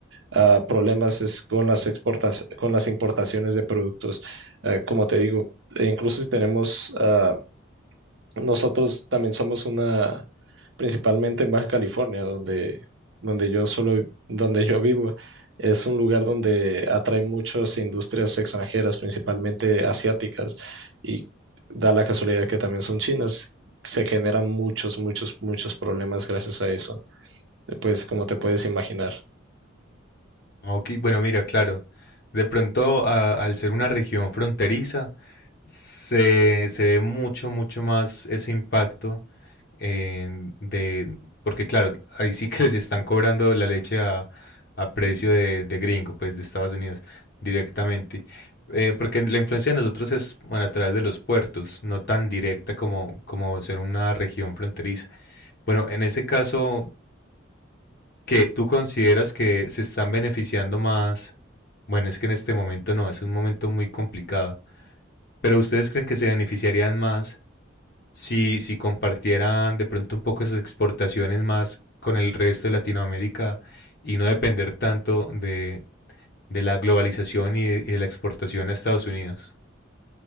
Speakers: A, on the right; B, on the left.
A: ah, problemas es con las exportas, con las importaciones de productos. Eh, como te digo, e incluso si tenemos, ah, nosotros también somos una, principalmente en Baja California, donde, donde yo solo, donde yo vivo. Es un lugar donde atrae muchas industrias extranjeras, principalmente asiáticas, y da la casualidad que también son chinas. Se generan muchos, muchos, muchos problemas gracias a eso. Pues, como te puedes imaginar.
B: Ok, bueno, mira, claro. De pronto, a- al ser una región fronteriza, se, se ve mucho, mucho más ese impacto en- de, porque claro, ahí sí <laughs> que les están cobrando la leche a, a precio de, de gringo, pues de Estados Unidos, directamente. Eh, porque la influencia de nosotros es, bueno, a través de los puertos, no tan directa como, como ser una región fronteriza. Bueno, en ese caso, que tú consideras que se están beneficiando más. Bueno, es que en este momento no, es un momento muy complicado. Pero ustedes creen que se beneficiarían más si, si compartieran de pronto un poco esas exportaciones más con el resto de Latinoamérica y no depender tanto de, de la globalización y de, y de la exportación a Estados Unidos.